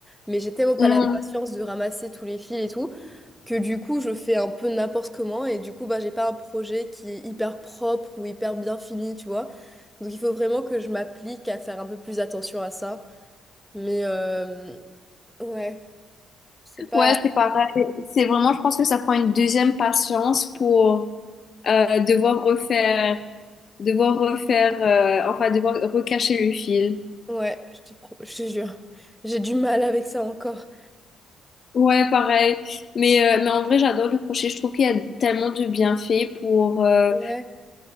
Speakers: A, in the centre; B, on the left.
A: Mais j'ai tellement pas
B: Mhm.
A: la patience de ramasser tous les fils et tout. que du coup je fais un peu n'importe comment et du coup bah j'ai pas un projet qui est hyper propre ou hyper bien fini tu vois donc il faut vraiment que je m'applique à faire un peu plus attention à ça mais euh, ouais c'est pas
B: Ouais, c'est pareil. C'est vraiment, je pense que ça prend une deuxième patience pour euh, devoir refaire, devoir refaire, euh, enfin, devoir recacher le fil.
A: ouais je te pro- je te jure j'ai du mal avec ça encore
B: Ouais, pareil. Mais, euh, mais en vrai, j'adore le crochet. Je trouve qu'il y a tellement de bienfaits pour, euh,
A: ouais